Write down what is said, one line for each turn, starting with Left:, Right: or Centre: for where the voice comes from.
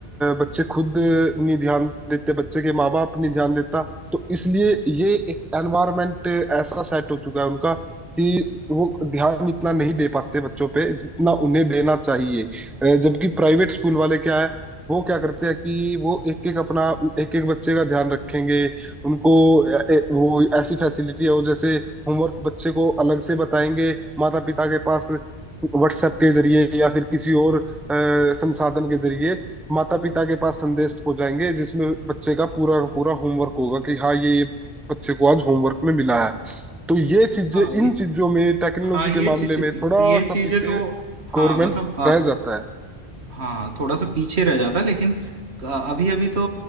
Centre: बच्चे खुद नहीं ध्यान देते बच्चे के माँ बाप नहीं ध्यान देता तो इसलिए ये एक एनवायरनमेंट ऐसा सेट हो चुका है उनका कि वो ध्यान इतना नहीं दे पाते बच्चों पे जितना उन्हें देना चाहिए अ, जबकि प्राइवेट स्कूल वाले क्या है वो क्या करते हैं कि वो एक एक अपना एक एक बच्चे का ध्यान रखेंगे उनको अ, अ, वो ऐसी फैसिलिटी है वो जैसे होमवर्क बच्चे को अलग से बताएंगे माता पिता के पास व्हाट्सएप के जरिए या फिर किसी और अ, संसाधन के जरिए माता पिता के पास संदेश पहुंचाएंगे जिसमें बच्चे का पूरा का पूरा होमवर्क होगा कि हाँ ये बच्चे को आज होमवर्क में मिला है तो ये चीजें
Right: हाँ
Centre: इन
Right: ये
Centre: चीजों में
Right: ये-
Centre: टेक्नोलॉजी
Right: हाँ ये
Centre: के मामले
Right: चीज
Centre: में थोड़ा
Right: ये
Centre: सा
Right: चीजें
Centre: पीछे
Right: तो हाँ
Centre: गवर्नमेंट
Right: मतलब
Centre: रह जाता है
Right: हाँ थोड़ा सा पीछे रह जाता है लेकिन अभी अभी तो